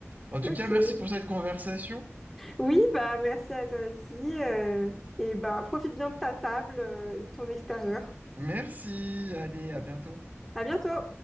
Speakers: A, on the right; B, in the centre.
A: En tout
B: ok.
A: cas, merci pour cette conversation.
B: Oui, bah merci à toi aussi. euh, et bah profite bien de ta table euh, et de ton extérieur.
A: Merci. Allez, à bientôt.
B: À bientôt!